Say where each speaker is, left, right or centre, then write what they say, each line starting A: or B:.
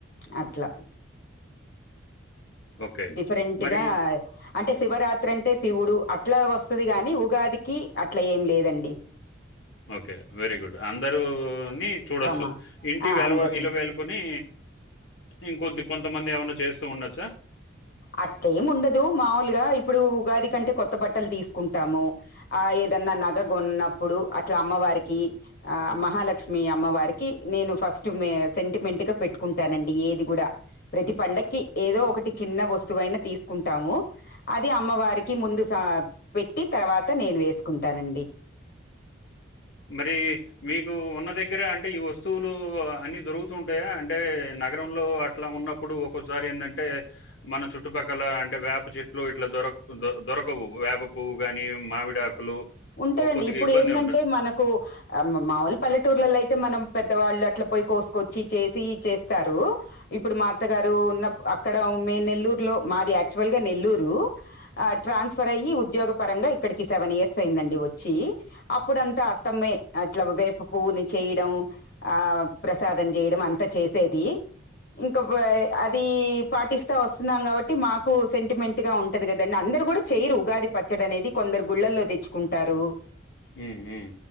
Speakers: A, on the left; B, on the left.
A: అట్లా
B: ఓకే.
A: డిఫరెంట్గా
B: మరి
A: అంటే శివరాత్రి అంటే శివుడు అట్లా వస్తుది గాని ఉగాదికి అట్లా ఏం లేదండి
B: ఓకే వెరీ గుడ్ అందరు ని చూడొచ్చు
A: సమా
B: ఇంటి
A: ఆ
B: వెలవ
A: అందరిని
B: ఇల వెళ్లుకొని ఇంకొద్ది కొంతమంది ఏమైన్నా చేస్తూ ఉండచ్చచ్చా
A: అట్టేము ఉండదు మావ ల్ గా ఇప్పుడు ఉగాది కంటే కొత్త బట్టలు తీసుకుంటాము ఆ ఏదన్నా నగగ కొన్నప్పుడు అట్లా అమ్మవారికి ఆ మహాలక్ష్మి అమ్మవారికి నేను ఫస్ట్ సెంటిమెంట్గా పెట్టుకుంటానండి ఏది కూడా ప్రతి పండక్కి ఏదో ఒకటి చిన్న వస్తువైనా తీసుకుంటాము అది అమ్మవారికి ముందు సా పెట్టి తర్వాత నేను వేసుకుంటానండి
B: మరి మీకు గ్గర అంటే ఈ వస్తువులు అన్ని దొరుకుతూంటాయా అంటే నగరంలో అట్లా ఉన్న ప్ అప్పుడు ఒసారి ఎందంటే మన చుట్టుపక్కల అంటే వేప చెట్లు ఇట్లా దొరక్ దొరకవు వేప పువ్వు గానీ మామిడాకులు
A: ఉంటదండి
B: ఆహ్, కొద్దిగా
A: ఇప్పుడు
B: ఇబ్బంది
A: ఏంటంటే
B: ఉండ
A: మనకు ఆ మాముూలు పల్లెటూర్లలో అయితే తే మనం పెద్దవాళ్ళు అట్ల పోయి కోసుకొచ్చి చేసి చేస్తారు ఇప్పుడు మా అత్తగారు ఉన్నప్ అక్కడ మే నెల్లూరులో మాది ఆక్చువల్ గా నెల్లూరు ఆ ట్రాన్స్ఫర్ అయ్యి ఉద్యోగపరంగా ఇక్కడికి సెవెన్ ఇయర్ ర్స్ అయిందండి వచ్చి అప్పుడంతా అత్తమ్మే అట్లా వేప పువ్వునీ చేయడం ఆ ప్రసాదం చేయడం అంత చేసేది ఇంకా పే అది పాటిస్తా వస్తున్నాం కాబట్టి మాకు సెంటిమెంట్ గా ఉంటది కదండి అందరు కూడా చెయ్యరు ఉగాది పచ్చడ అనేది కొందరు గుళ్ళల్లో తెచ్చు కుంటారు
B: హ్మ్. హ్మ్.